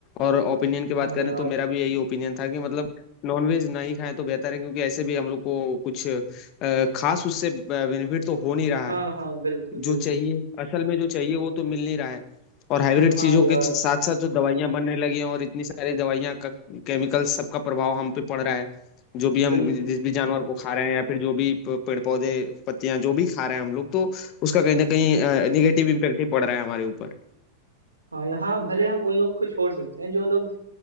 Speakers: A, on the left; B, on the right.
A: और ओपिनियन की बात
B: हाँ
A: करें
B: यार
A: तो मेरा भी यही ओपिनियन था कि मतलब नॉनवेज ना ही खाएं तो बेहतर है क्योंकि ऐसे भी हम लोग को कुछ अ, खास उससे बेनिफिट तो हो नहीं रहा
B: हाँ
A: है
B: हाँ बिल्कुल बिल्कुल
A: जो चाहिए
B: बिल्कुल
A: असल में जो चाहिए वो तो मिल नहीं रहा है और हाइब्रिड
B: हाँ
A: चीजों
B: यार
A: के साथ साथ जो दवाइयां बनने लगी हैं और इतनी सारी दवाइयां का केमिकल सबका प्रभाव हम पे पड़ रहा है जो भी हम
B: बिल्कुल
A: जिस
B: बिल्कुल
A: भी जानवर को खा रहे हैं या फिर जो भी प- पेड़ पौधे पत्तियां जो भी खा रहे हैं हम लोग तो उसका
B: हाँ।
A: कहीं ना कहीं निगेटिव इम्पेक्ट ही पड़ रहा है हमारे ऊपर
B: हाँ यहाँ भले हम उन लोग को छोड़ सकते हैं जो लोग